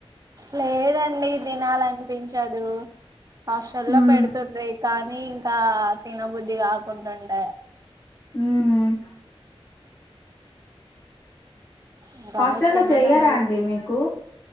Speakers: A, on the right; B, on the left.
A: లేదండి తినాలనిపించదు. హాస్టల్లో
B: ఉమ్
A: పెడుతుండ్ర కానీ ఇంకా తినబుద్ధి కాకుంటుండే
B: హ్
A: ఇంక
B: హాస్టల్లో
A: అందుకు తిననండి
B: చెయ్యారా అండి మీకు